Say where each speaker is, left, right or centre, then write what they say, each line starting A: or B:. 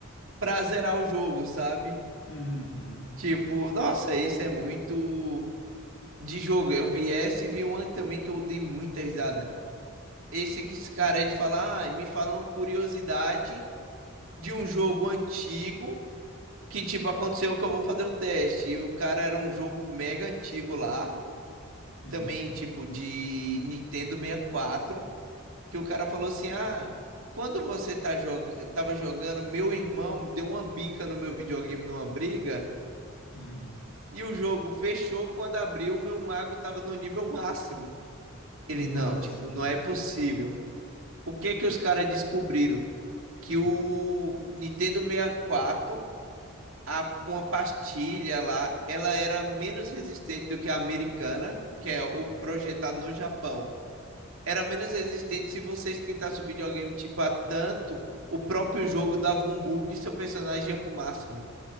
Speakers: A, on the right; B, on the left.
A: pra zerar o jogo, sabe?
B: Uhum,
A: Tipo, nossa, isso é muito de jogo. Eu vi essa e vi uma também que eu dei muita risada. Esse, esse cara aí de falar, ah, me fala uma curiosidade de um jogo antigo que, tipo, aconteceu que eu vou fazer o teste. E o cara era um jogo mega antigo lá,
B: hum,
A: também, tipo, de Nintendo sessenta e quatro. que o cara falou assim: ah, quando você tá jog... tava jogando, meu irmão deu uma bica no meu videogame numa briga,
B: hum.
A: e o jogo fechou. Quando abriu, meu mago tava no nível máximo. Ele,
B: Nossa.
A: não, tipo, não é possível. O que que os caras descobriram? Que
B: Hum,
A: o Nintendo sessenta e quatro a, uma pastilha lá, ela era menos resistente do que a americana, que é o
B: hum,
A: projetado no Japão. Era menos resistente se você esquentasse o videogame tipo a tanto, o próprio jogo dava um bug e seu personagem ia pro máximo.